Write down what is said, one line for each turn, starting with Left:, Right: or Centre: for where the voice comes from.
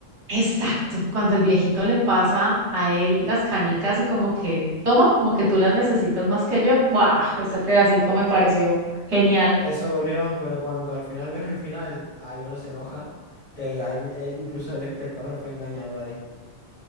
Right: exacto, cuando el viejito le pasa a él las canicas y como que, toma, como que tú las necesitas más que yo, ¡guau! Ese pedacito me pareció genial.
Left: Eso dolió, pero cuando al final ves el final, ahí uno se enoja, que al fin- eh, incluso el espectador fue engañado ahí.